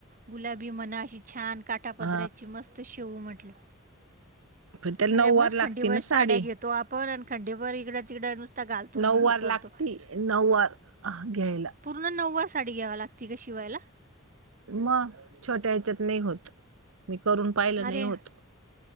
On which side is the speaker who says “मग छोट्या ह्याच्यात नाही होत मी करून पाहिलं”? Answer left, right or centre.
Right